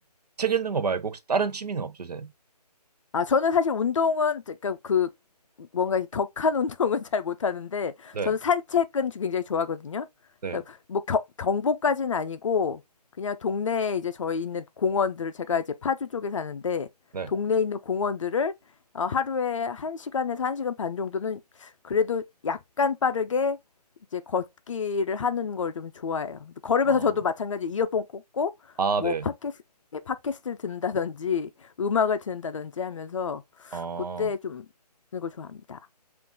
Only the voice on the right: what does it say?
책 읽는 거 말고 혹시 다른 취미는 없으세요?
네,
네,
네,
어,
아,
네,
어,